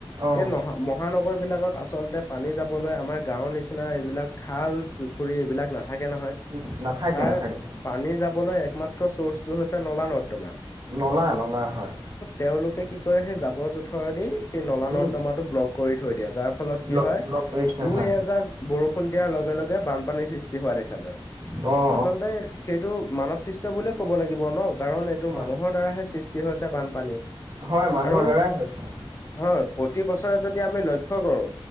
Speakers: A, on the right; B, on the left.
A: অঁ
B: এই নহ মহানগৰ সেইবিলাকত আচলতে পানী যাবলৈ আমাৰ গাঁৱৰ নিচিনা এইবিলাক খাল-পুখুৰী এইবিলাক নাথাকে নহয়।
A: উম, নাথাকে
B: তাৰ
A: নাথাকে।
B: পানী যাবলৈ একমাত্ৰ চৰ্চটো হৈছে নলা-নৰ্দমা।
A: নলা-নলা হয়।
B: তেওঁলোকে কি কৰে সেই জাৱৰ-জোঁথৰে দি সেই নলা-নৰ্দমাটো
A: উম
B: ব্লক থৈ দিয়ে। যাৰ ফলত
A: ব্লক
B: কি হয়,
A: ব্লক কৰি থয়
B: দুই-এজাক
A: হয়
B: বৰষুণ দিয়াৰ লগে লগে বানপানীৰ সৃষ্টি হোৱা দেখা যায়।
A: অ'।
B: আচলতে সেইটো মানৱ সৃষ্ট বুলিয়ে ক'ব লাগিব ন', কাৰণ এইটো
A: হয়
B: মানুহৰ দ্বাৰাহে সৃষ্ট ষ্টি হৈছে বানপানী।
A: হয়, মানুহৰ
B: আৰু
A: দ্বাৰাই হৈছে।
B: হয় প্ৰতি বছৰে যদি আমি লক্ষ্য কৰো।